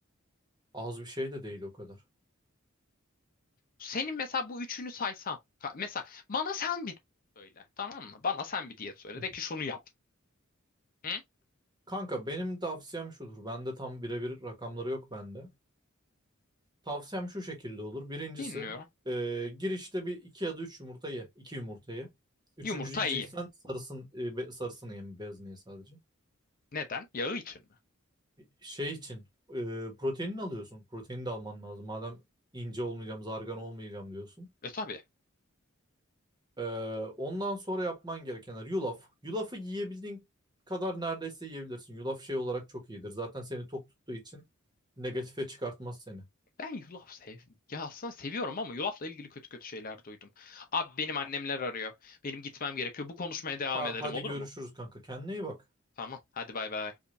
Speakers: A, on the right; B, on the left.
A: Az bir şey de değil o kadar.
B: Senin mesela bu üçünü saysam. ka- Mesela bana sen bir söyle. Tamam mı? Bana sen bir diyet söyle.
A: Hı.
B: De ki şunu yap. Hı?
A: Kanka benim tavsiyem şudur. Bende tam birebir rakamları yok bende. Tavsiyem şu şekilde olur. Birincisi
B: Dinliyorum.
A: e, girişte bir iki ya da üç yumurta ye. İki yumurta ye. Üçüncü
B: Yumurta
A: yiyeceksen
B: iyi.
A: sarısın, e, be- sarısını ye, beyazını ye sadece.
B: Neden? Yağı için mi?
A: Şey için e, proteinini alıyorsun. Protein de alman lazım. Madem ince olmayacağım, zargan olmayacağım diyorsun.
B: E tabii.
A: Ee, ondan sonra yapman gerekenler yulaf. Yulafı yiyebildiğin kadar neredeyse yiyebilirsin. Yulaf şey olarak çok iyidir. Zaten seni tok tuttuğu için negatife çıkartmaz seni.
B: Ben yulaf sev. Ya aslında seviyorum ama yulafla ilgili kötü kötü şeyler duydum. Abi benim annemler arıyor. Benim gitmem gerekiyor. Bu konuşmaya devam
A: Ha,
B: edelim
A: hadi
B: olur
A: görüşürüz
B: mu?
A: kanka. Kendine iyi bak.
B: Tamam. Hadi bay bay.